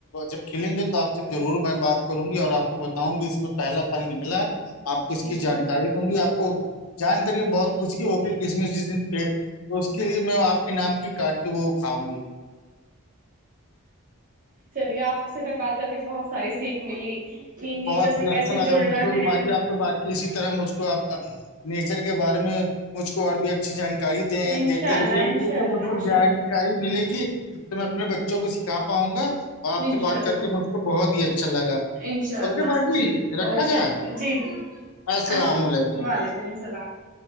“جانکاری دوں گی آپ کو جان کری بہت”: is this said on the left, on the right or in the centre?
Left